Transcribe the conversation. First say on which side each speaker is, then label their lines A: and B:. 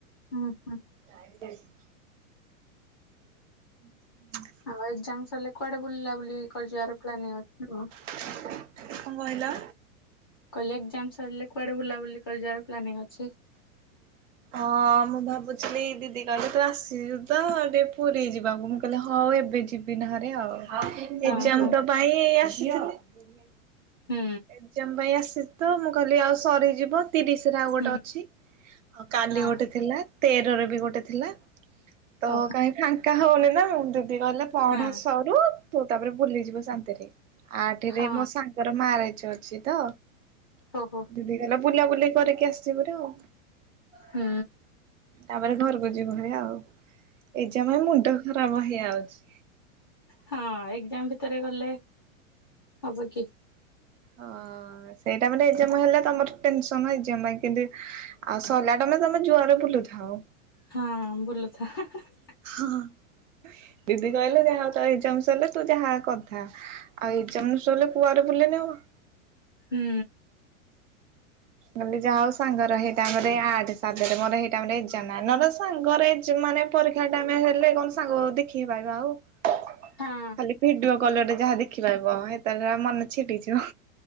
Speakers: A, on the left; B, on the right.
A: ହୁଁ ହୁଁ।
B: ମୁଁ ଯାଣି ଦେଇଚି। ହୁଁ।
A: ଆଉ ଏଗଜାମ ସରିଲେ କୁଆଡେ ବୁଲା ବୁଲି କରିିଯିବାର ପ୍ଲାନିଂ ଅ ନା କଣ?
B: କଣ କହିଲ?
A: କହିଲେ ଏଗଜାମ ସରିଲେ କୁଆଡେ ବୁଲାବୁଲି କରିିଯିବାର ପ୍ଲାନିଂ ଅଛି?
B: ହଁ ମୁଁ ଭାବୁଥିଲି ଦିଦି କହିଲେ ତୁ ଆସିବୁ ତ ଟିକେ ପୁରୀ ଯିବାକୁ ମୁଁ କହିଲେ ହଉ ଏବେ ଯିବି ନହରେ ଆଉ। ଏଗଜାମ
A: ହଁ ହଁ
B: ଟା ପାଇଁ ଆସିଥିଲି।
A: ହୁଁ
B: ଏଗଜାମ ପାଇଁ ଆସି ତ ମୁଁ କହିଲି ଆଉ ସରିଯିବ ତିରିଶି ରେ ଆଉ ଗୋଟେ
A: ହୁଁ
B: ଅଛି। ଅ କାଲି
A: ହଁ
B: ଗୋଟେ ଥିଲା ତେରରେ ବି ଗୋଟେ ଥିଲା ତ
A: ଓହୋ।
B: କାହିଁ ଫାଙ୍କା ହଉନି ନା ମୁଁ ଦିଦି କହିଲେ ପଢା
A: ହଁ
B: ସରୁ ତୁ ତାପରେ ବୁଲିଯିବୁ ଶାନ୍ତିରେ। ଆଠେରେ
A: ହଁ
B: ମୋ ସାଙ୍ଗର ମାରେଜ୍ ଅଛି ତ?
A: ହଉ ହଉ
B: ଦିଦି କଲା ବୁଲା ବୁଲି କରିକି ଆସିବୁ ହେରି ଆଉ।
A: ହୁଁ।
B: ତାପରେ ଘରକୁ ଯିବୁ ହେରି ଆଉ ଏଜ୍ଜାମ୍ ପାଇଁ ମୁଣ୍ଡ ଖରାପ୍ ହେଇଯାଉଛି।
A: ହଁ ଏକ୍ଜାମ ଭିତରେ ଗଲେ ହବ କି?
B: ହଁ ସେଇଟା ମାନେ ଏଜ୍ଜାମା ହେଲେ ତମର ଟେନ୍ସନ ଏଜାମ କେବେ ଆଉ ସଲାଟମେ ତମେ ଜୁଆରେ ବୁଲୁଥାଆ।
A: ହଁ ବୁଲୁଥା ହୁଁ ହୁଁ।
B: ହଁ ହଁ ଦିଦି କହିଲେ ଯାହା ତ ଏଜ୍ଜିମ ସଇଲେ ତୁ ଯାହା କଥା। ଆଉ ଏଜ୍ଜାମ ଷଇଲେ କୁଆରେ ବୁଲିନେ ହବ।
A: ହୁଁ।
B: କଲି ଯା ହଉ ସାଙ୍ଗର ହେଇଟାଇମ ରେ ଆଠେ ସାତରେ ମୋର ହେଇଟାଇମ ରେ ଏଜା ନଁ ନା ନହେଲେ ସାଙ୍ଗରେ ମାନେ ପରୀକ୍ଷା ଟାଇମ୍ ହେଲେ କଣ ସାଙ୍ଗ ଦେଖିକି ପାଇବା ଆଉ। ଖାଲି
A: ହଁ
B: ଭିଡିଓ କଲରେ ଯାହା ଦେଖିପାରିବ ହେତେବେଳେ ମନ ଛିଡିଯିବ।